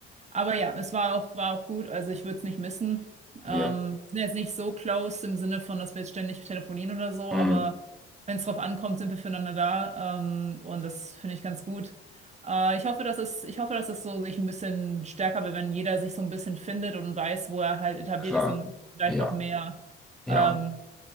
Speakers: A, on the right; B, in the centre.
A: aber ja, es war auch, war auch gut. Also ich würde es nicht missen.
B: ja,
A: Ähm, wir sind jetzt nicht so close im Sinne von, dass wir jetzt ständig telefonieren oder so,
B: mm,
A: aber wenn es drauf ankommt, sind wir füreinander da. Ähm, und das finde ich ganz gut. Äh, ich hoffe, dass es, ich hoffe, dass es so sich ein bisschen stärker wird, wenn jeder sich so ein bisschen findet und weiß, wo er halt etabliert
B: klar,
A: ist, dann vielleicht
B: ja,
A: auch mehr
B: ja,
A: ähm,